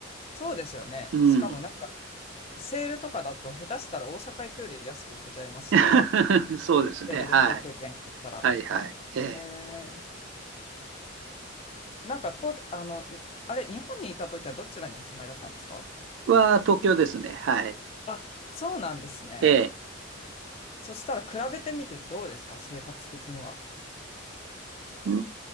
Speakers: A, on the left (about 30°); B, on the right (about 65°).
A: そうですよね。
B: うん。
A: しかもなんか、セールとかだと、下手したら大阪行くより安く行けちゃいますしね。
B: <laughs> そうですね。
A: セールで航空券買ったら。
B: はい。はいはい。ええ。
A: えー、なんかと、あの、んあれ、日本にいた時はどちらにお住まいだったんですか
B: は、東京ですね。はい。
A: あ、そうなんですね。
B: ええ。
A: そしたら比べてみてどうですか、生活的には。
B: うー